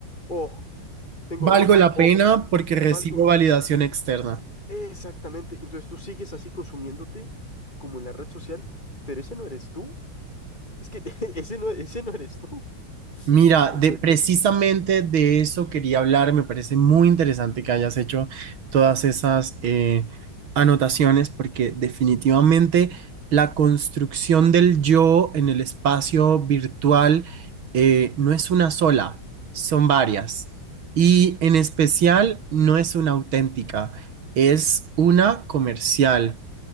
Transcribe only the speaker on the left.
oh, tengo
likes,
oh,
algo.
Exactamente. Entonces tú sigues así consumiéndote como en la red social, pero ese no eres tú. Es que <laughs> ese no, ese no eres tú.
<laughs>